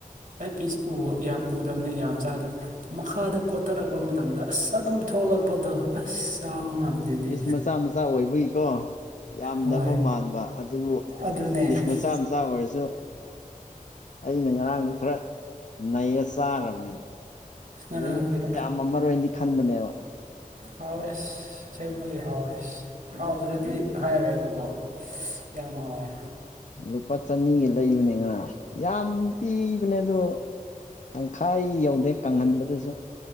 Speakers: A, on the right; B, on the left.
A: ꯑꯩ ꯄꯤꯁ ꯎꯍꯥꯎ ꯌꯥꯝ ꯎꯗꯕꯅꯦ ꯌꯥꯝ ꯆꯥꯗꯕ ꯃꯈꯥꯗ ꯀꯣꯊꯔꯛꯄ ꯃꯇꯝꯗ ꯑꯁ ꯑꯗꯨꯝ ꯊꯣꯛꯂꯛꯄꯗꯣ ꯑꯁ ꯆꯥꯕ ꯉꯝꯗꯦꯅꯦ
B: ꯄꯤꯁ ꯃꯆꯥ ꯃꯆꯥ ꯑꯣꯏꯕꯒꯤꯀꯣ ꯌꯥꯝꯗꯕ
A: ꯍꯣꯏ
B: ꯃꯥꯟꯕ ꯑꯗꯨꯕꯨ
A: ꯑꯗꯨꯅꯦ
B: ꯄꯤꯁ
A: ꯑꯁ
B: ꯃꯆꯥ ꯝ ꯇꯥꯝ ꯑꯣꯏꯔꯁꯨ ꯑꯩꯅ ꯉꯔꯥꯡꯖꯦ ꯈꯔ ꯅꯩꯔꯁ ꯇꯥꯈ꯭ꯔꯅꯦꯕ
A: ꯉꯔꯥꯡꯒꯤ
B: ꯑꯗꯒꯤ ꯌꯥꯝꯃꯝꯃꯔꯣꯏꯗꯤ ꯈꯟꯕꯅꯦꯕ
A: ꯍꯥꯎꯋꯦꯁ ꯑꯁꯦꯡꯕꯒꯤ ꯍꯥꯎꯋꯦꯁ ꯍꯥꯎꯗ꯭ꯔꯗꯤ ꯍꯥꯏꯔꯦꯕꯀꯣ ꯌꯥꯝ ꯍꯥꯎꯋꯦ
B: ꯂꯨꯄꯥ ꯆꯅꯤꯒꯤ ꯂꯩꯕꯅꯦ ꯉꯔꯥꯡ ꯌꯥꯝ ꯄꯤꯕꯅꯦ ꯑꯗꯣ ꯇꯪꯈꯥꯏ ꯌꯧꯗꯦ ꯀꯪꯍꯟꯕꯗꯨꯁꯨ